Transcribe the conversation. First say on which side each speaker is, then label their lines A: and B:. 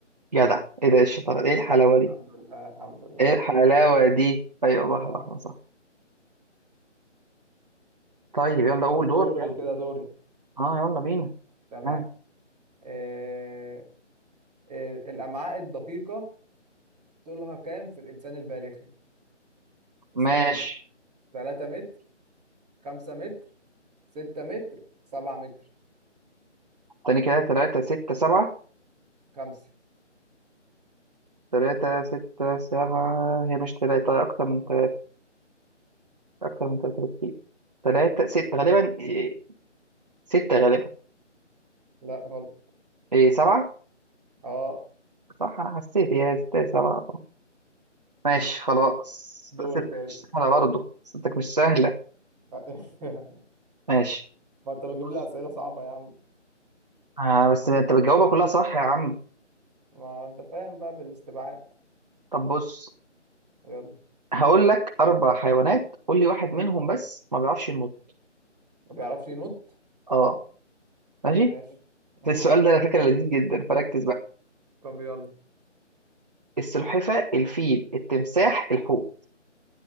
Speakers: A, on the right (about 35°); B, in the centre.
A: جدع ايه ده إيه الشطاره ايه
B: ها
A: الحلاوه
B: الحمد
A: دي
B: لله الحمد لله
A: ايه الحلاوه دي ايوه بحر
B: اه
A: الاحمر صح طيب يلا قول
B: طب
A: دورك
B: دوري كده دوري
A: اه يلا بينا
B: تمام
A: آه.
B: إيه إيه الأمعاء الدقيقة طولها كام في الإنسان البالغي استنى
A: ماشي
B: 3 متر 5 متر 6 متر 7 متر
A: تاني كده تلاتة ستة سبعة
B: 5
A: تلاتة ستة سبعة هي مش تلاتة أكتر من تلاتة أكتر من تلاتة بكتير تلاتة ستة غالبا إيه، ستة غالبا
B: لا غلط
A: إيه سبعة
B: اه
A: صح أنا حسيت هي ستة سبعة ماشي خلاص
B: دوري
A: أسئلتك
B: طيب
A: مش سهلة برضه أسئلتك مش سهلة
B: <laughs>
A: ماشي
B: ما انت بتجيب
A: بص
B: لي اسئله صعبه يا عم
A: آه بس أنت بتجاوبها كلها صح يا عم
B: ما انت فاهم بقى بالاستبعاد
A: طب بص
B: يلا
A: هقول لك أربع حيوانات قول لي واحد منهم بس ما بيعرفش ينط
B: ما بيعرفش ينط
A: أه ماشي
B: ماشي
A: <laughs>
B: ماشي
A: السؤال ده على فكرة لذيذ جدا فركز بقى
B: طب يلا
A: السلحفة الفيل التمساح الحوت